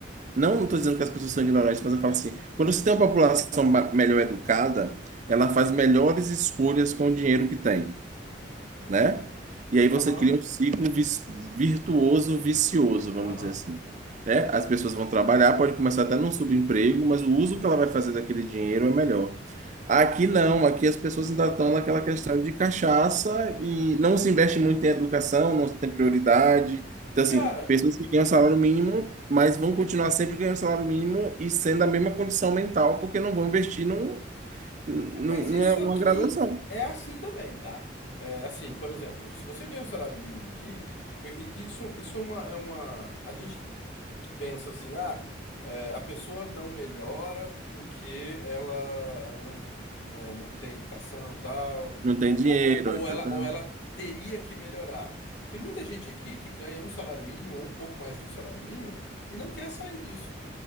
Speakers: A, on the right; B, on the left.
A: não estou dizendo que as pessoas são ignorantes, mas eu falo assim, quando você tem uma população ma- melhor educada, ela faz melhores escolhas com o dinheiro que tem né? E aí
B: Aham,
A: você cria um ciclo vis- virtuoso, vicioso, vamos
B: aham.
A: dizer assim, né? As pessoas vão trabalhar, pode começar até num subemprego, mas o uso que ela vai fazer daquele dinheiro é melhor. Aqui não, aqui as pessoas ainda estão naquela questão de cachaça e não se investe muito em educação, não se tem prioridade. Então, assim,
B: Cara,
A: pessoas que ganham salário mínimo, mas vão continuar sempre ganhando salário mínimo e sendo a mesma condição mental, porque não vão investir num, num,
B: É, Mas
A: num-
B: isso
A: numa
B: aqui
A: graduação.
B: é assim também, tá? É assim, por exemplo, se você ganha um salário mínimo aqui, e- isso, isso é uma, é uma. A gente pensa assim, ah, é, a pessoa não melhora porque ela, ela não, né, não tem educação e tal,
A: Não tem
B: ou,
A: dinheiro,
B: ou, ou ou
A: etc.
B: ela, ou ela teria que melhorar. Tem muita gente aqui que ganha um salário mínimo ou um pouco mais que um salário mínimo e não quer sair disso.